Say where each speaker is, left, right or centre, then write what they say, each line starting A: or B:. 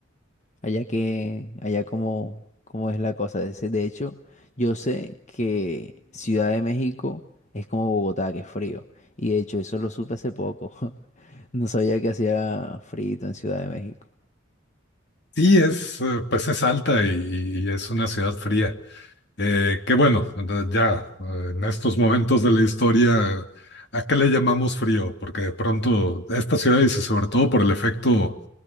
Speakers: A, on the left; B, on the left.
A: Allá que, allá como, como es la cosa. De ese- de hecho, yo sé que Ciudad de México es como Bogotá, que es frío. Y de hecho, eso lo supe hace poco. <laughs> No sabía que hacía frío en Ciudad de México.
B: Sí, es, eh, pues es alta y, y es una ciudad fría. Eh, que bueno, ya eh, en estos momentos de la historia, ¿a qué le llamamos frío? Porque de pronto esta ciudad, y sobre todo por el efecto